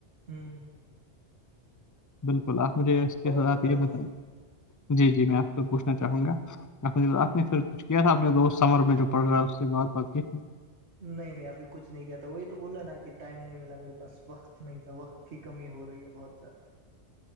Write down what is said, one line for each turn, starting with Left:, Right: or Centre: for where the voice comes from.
Right: ہوں
Left: بالکل آپ مجھے اس کے
Right: اور
Left: حات
Right: بتاؤ
Left: یہ بتائیں جی جی میں آپ سے پوچھنا چاہوں گا آپ نے پھر کچھ کیا تھا اپنے دوست سمر میں جو پڑ رہا ہے اس سے بات بات تھی
Right: نہیں نہیں ابھی کچھ نہیں کیا تھا وہی تو بولا نا کہ ٹائم نہیں ملا میرے پاس وقت نہیں تھا وقت کی کمی ہو رہی ہے بہت زیادہ